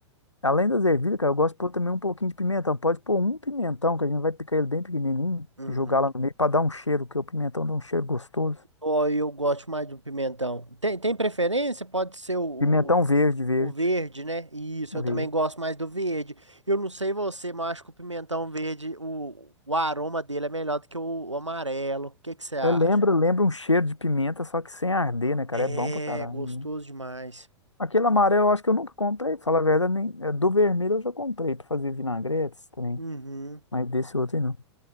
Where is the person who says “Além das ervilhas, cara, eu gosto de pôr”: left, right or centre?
Left